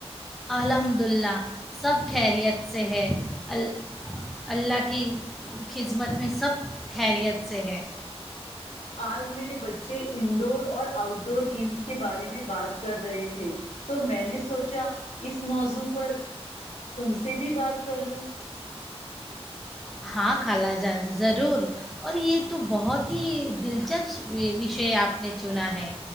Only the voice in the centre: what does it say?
الحمد للہ سب خیریت سے ہے ال اللہ کی خدمت میں سب خیریت سے ہے
ہاں خالہ جان ضرور اور یہ تو بہت ہی دلچسپ وشے آپ نے چنا ہے